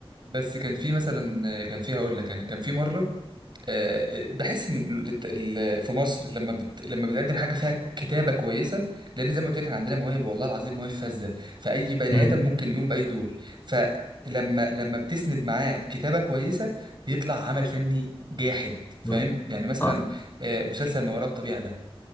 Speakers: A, on the right; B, on the left.
A: بس كان في مثلا كان في هقول لك أنا كان في مرة آه، بحس ان الت- ال- في مصر لما بت... لما بتقدم حاجه فيها كتابه كويسه لان زي ما قلت لك احنا عندنا مواهب والله العظيم مواهب فذه فاي بني
B: مم.
A: ادم ممكن يقوم باي دور فلما لما بتسند معاه كتابه كويسه بيطلع عمل فني جاحد فاهم
B: مم.
A: يعني مثلا
B: آه
A: آه، مسلسل ما وراء الطبيعه ده